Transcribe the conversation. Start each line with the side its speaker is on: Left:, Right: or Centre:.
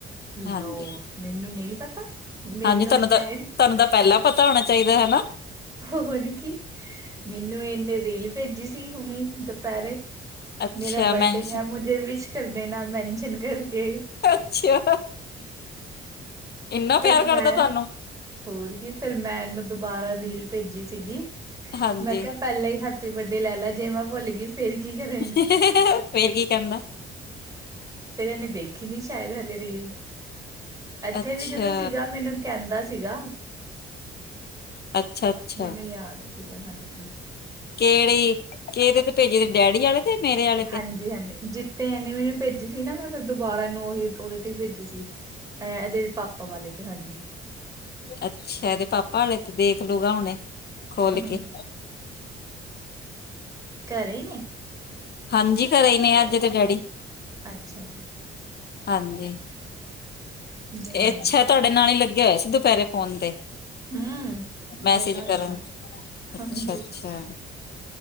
Left: ਹਾਂਜੀ
Right: ਲੋ ਮੈਨੂੰ ਨਹੀਂ ਪਤਾ ਮੈਨੂੰ
Left: ਹਾਂਜੀ ਤੁਹਾਨੂੰ ਤਾਂ
Right: ਤੇ
Left: ਤੁਹਾਨੂੰ ਤਾਂ ਪਹਿਲਾਂ ਪਤਾ ਹੋਣਾ ਚਾਹੀਦਾ ਹਨਾ
Right: ਹੋਰ ਕੀ ਮੈਨੂੰ ਇ ਰੀਲ ਭੇਜੀ ਸੀ ਹੁਣੀ ਦੁਪਹਿਰੇ
Left: ਅੱਛਾ
Right: ਮੇਰਾ
Left: ਮੈਨਸ਼
Right: ਬਰਡੇ ਹੈ। ਜੇ ਵਿਸ਼ ਕਰ ਦੇਨਾ ਮੈਨਸ਼ਨ ਕਰਕੇ
Left: ਅੱਛਾ। ਇੰਨਾ ਪਿਆਰ
Right: ਫਿਰ
Left: ਕਰਦਾ
Right: ਮੈਂ
Left: ਤੁਹਾਨੂੰ
Right: ਹੋਰ ਕੀ ਫਿਰ ਮੈਂ ਇਹਨੂੰ ਦੁਬਾਰਾ ਰੀਲ ਭੇਜੀ ਸੀਗੀ।
Left: ਹਾਂਜੀ
Right: ਮੈਂ ਕਿਹਾ ਪਹਿਲਾਂ ਹੀ ਹੈਪੀ ਬਰਡੇ ਲੈ ਲਾ ਜੇ ਮੈਂ ਭੁੱਲ ਗਈ ਫਿਰ ਕੀ ਕਰੇ
Left: ਫਿਰ ਕੀ ਕਹਿੰਦਾ
Right: ਫਿਰ ਇਹਨੇ ਦੇਖੀ ਨੀ ਸ਼ਾਇਦ ਹਲੇੇ ਰੀਲ ਇੱਥੇ
Left: ਅੱਛਾ
Right: ਵੀ ਜਦੋਂ ਸੀਗਾ ਮੈਨੂੰ ਕਹਿੰਦਾ ਸੀਗਾ।
Left: ਅੱਛਾ ਅੱਛਾ
Right: ਮੈਨੂੰ ਯਾਦ ਸੀਗਾ ਹਾਂਜੀ।
Left: ਕੇੜੀ, ਕੇਦੇ ਤੇ ਭੇਜੇ ਇਦੇ ਡੈਡੀ ਆਲੇ ਤੇ ਮੇਰੇ ਆਲੇ
Right: ਹਾਂਜੀ-ਹਾਂਜੀ
Left: ਤੇ
Right: ਜਿੱਦ ਤੇ ਐਨੇ ਮੈਨੂੰ ਭੇਜੀ ਸੀ ਨਾ, ਮੈਂ ਫਿਰ ਦੁਬਾਰਾ ਐਨੂੰ ਉਹੀ ਓਦੇ ਤੇ ਹੀ ਭੇਜੀ ਸੀ। ਐ ਐਦੇ ਪਾਪਾ ਵਾਲੇ ਤੇ, ਹਾਂਜੀ।
Left: ਅੱਛਾ, ਐਦੇ ਪਾਪਾ ਆਲੇ ਤੇ, ਦੇਖਲੂਗਾ ਹੁਣੇ ਖੋਲ
Right: ਹਾਂ
Left: ਕੇ <inaudible>
Right: ਘਰੇ ਈ ਨੇ?
Left: ਹਾਂਜੀ, ਘਰੇ ਈ ਨੇ ਅੱਜ ਇਦੇ ਡੈਡੀ
Right: ਅੱਛਾ ਜੀ।
Left: ਹਾਂਜੀ।
Right: ਗਈ
Left: ਏ
Right: ਨੀ
Left: ਅੱਛਾ ਤੋਆਡੇ ਨਾਲ ਈ ਲੱਗੇਆ ਹੋਯਾ ਸੀ ਦੁਪੈਰੇ ਫੋਨ ਤੇ
Right: ਹੂੰ
Left: ਮੈਸੇਜ
Right: ਮੇਰੇ ਨਾਲ
Left: ਕਰਨ,
Right: ਲੱਗਾ
Left: ਅੱਛਾ-ਅੱਛਾ।
Right: ਹਾਂਜੀ।